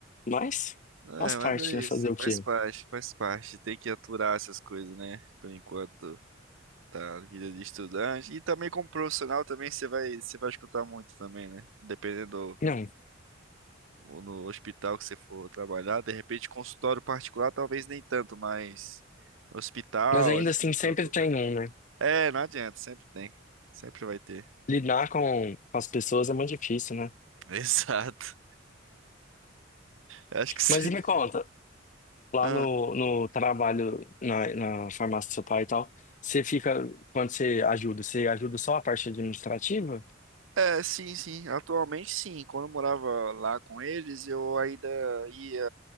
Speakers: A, on the left (about 40°); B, on the right (about 80°).
A: Mas,
B: É,
A: faz parte,
B: mas é
A: né,
B: isso.
A: fazer o
B: Faz
A: quê?
B: parte, faz parte. Tem que aturar essas coisas, né? Por enquanto tá na vida de estudante. E também como profissional também você vai, você vai escutar muito também, né? Dependendo
A: Não,
B: do, no hospital que você for trabalhar. De repente, consultório particular, talvez nem tanto, mas hospital,
A: mas ainda
B: assim.
A: assim sempre
B: do- do-
A: tem um, né?
B: É, não adianta. Sempre tem. Sempre vai ter.
A: Lidar com com as pessoas é muito difícil, né?
B: <laughs> Exato. Eu Acho que você.
A: Mas e me
B: <laughs>
A: conta, lá
B: Ah.
A: no, no trabalho, na, na farmácia do seu pai e tal, você fica, quando você ajuda, você ajuda só a parte administrativa?
B: É, sim, sim. Atualmente, sim. Quando eu morava lá com eles, eu ainda ia